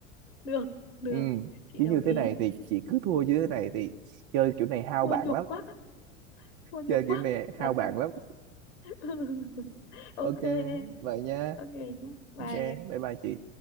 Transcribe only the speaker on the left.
được được
chị
đồng
ý
thua
nhục
quá thua nhục
quá
thật
<laughs>
ok em
ok nhé bye
em.